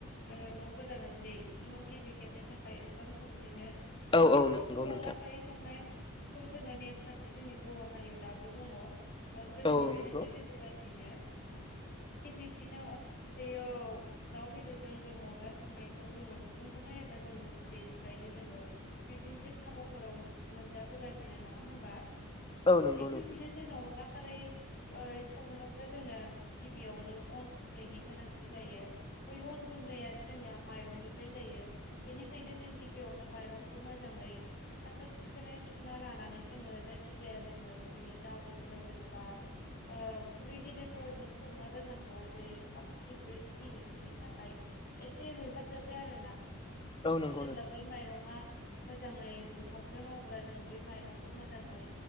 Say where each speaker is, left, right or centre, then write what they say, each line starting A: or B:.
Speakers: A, on the left; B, on the left.
A: ओ न' गोदानाव जेरै इसिङाव गिबि खेबनि थाखाय ओंखाम संजेनो जों
B: औ
A: बैफोरावबो
B: औ नंगौ नोंथां
A: अनला संनाय बेखौ जोङो नेमखान्थि जोंनि बर' हारियाव दाबो दं ओ गोदोनिफ्रायनो
B: औ औ नंगौ
A: सोलिबोगासिनो थिग बिब्दिनो बेयो दाउ बेदरजों जों अनला संनायखौ जोङो नुनो मोनो जोङो उन्दैनिफ्रायनो जोङो बिदिनोसै हाबा हराव मोनजाबोगासिनो नङा होनबा
B: औ नंगौ
A: थिग बिब्दिनो
B: नोंथां
A: जोंनो अनला खारै ओ संनोब्ला जोंनो गिबियावनो अन गुन्दैनि गोनांथि जायो बै अन गुन्दैानो जोंनिया माइरंनिफ्राय जायो बेनिखायनो जों गिबियावनो माइरंखौ मोजाङै साखोन सिखोनै सुखुना लानानै जोङो जायखि जाया जोङो बिदिनो दाबोरफोराव जेनबा ओ खुरै गिदिरफोराव जों सोमना दोननांगौ जेरै थामजि ब्रैजि मिनिटसोनि थाखाय एसे रुइहाबजासै आरो ना
B: औ नंगौ
A: जेब्ला
B: नोंथां
A: बै माइरं आ मोजाङै रुयहाबगोन अब्ला जों बै माइरंखौ मोजाङै